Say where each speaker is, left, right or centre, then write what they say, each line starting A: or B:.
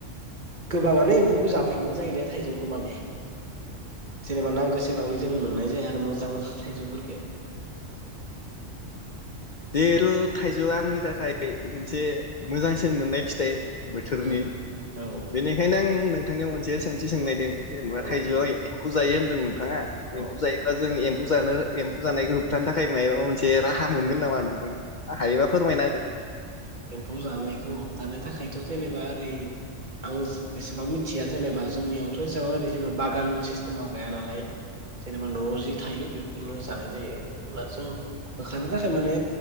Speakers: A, on the left (about 50°); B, on the right (about 40°).
A: औ
B: गोबाङानो एम्फौखौ जा थांनाइ जायो दे थाइजौखौ माने
A: औ
B: जेनेबा नांगो सेबांनो जों मोननाय जाया आरो मोजां थाइजौफोरफोरखो
A: देरु थाइजौआ आंनि बा फिथाइ मोनसे मोजांसिन मोननाय फिथाइ बोथोरनि
B: उम औ
A: बेनिखायनो आं ओं नोंथांनियाव मोनसे सोंथि सोंनायदों जेनेबा
B: औ
A: थाइजौआ
B: बुं
A: एम्फौ जायो होन <unintelligible> बिफाङा
B: औ
A: एम्फौ जायोब्ला जों ए एम्फु जानो एम्फु जानायखौ होब थानो थाखाय मायाबा मोनसे राहा मोनगोन नामा नोंथां? हायोबा फोरमायना हो
B: एम्फौ जानायखौ होबथानो थाखाय थ जेनेबा ओरै आं एसेबां मिथिया जेनेबा जोंनियावथ एसेबां ओरै जेनेबा बागान सिस्टेमाव गाया नालाय जेनेबा नआव जि थायो बेफोरखौल जानाय जायो अब्ला जों
A: औ
B: होखारनो थाखाय माने